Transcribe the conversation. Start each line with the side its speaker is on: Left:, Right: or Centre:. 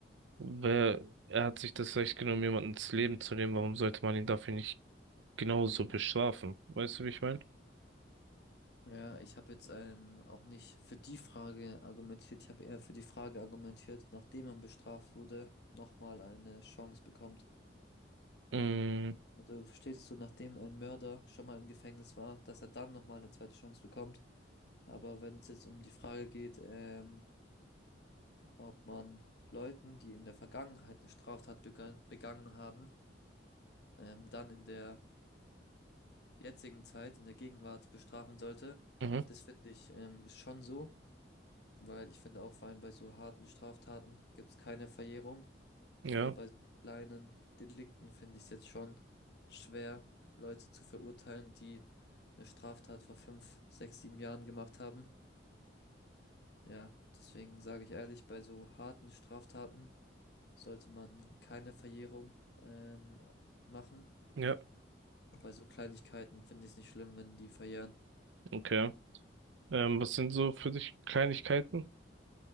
Right: Wer, er hat sich das Recht genommen, jemanden ins Leben zu nehmen. Warum sollte man ihn dafür nicht genauso bestrafen? Weißt du, wie ich meine?
Left: Ja, ich habe jetzt ähm, auch nicht für die Frage argumentiert. Ich habe eher für die Frage argumentiert, nachdem man bestraft wurde, nochmal eine Chance bekommt.
Right: Mhm.
Left: Also verstehst du, nachdem ein Mörder schon mal im Gefängnis war, dass er dann nochmal eine zweite Chance bekommt. Aber wenn es jetzt um die Frage geht, ähm, ob man Leuten, die in der Vergangenheit eine Straftat begangen, begangen haben, ähm, dann in der jetzigen Zeit, in der Gegenwart bestrafen sollte,
Right: Mhm.
Left: das finde ich ähm, schon so. Weil ich finde auch vor allem bei so harten Straftaten gibt es keine Verjährung,
Right: Ja.
Left: aber bei so kleinen Delikten finde ich es jetzt schon schwer, Leute zu verurteilen, die eine Straftat vor fünf, sechs, sieben Jahren gemacht haben. Ja, deswegen sage ich ehrlich, bei so harten Straftaten sollte man keine Verjährung ähm, machen.
Right: Ja.
Left: Und bei so Kleinigkeiten finde ich es nicht schlimm, wenn die verjähren.
Right: Okay. Ähm, was sind so für dich Kleinigkeiten?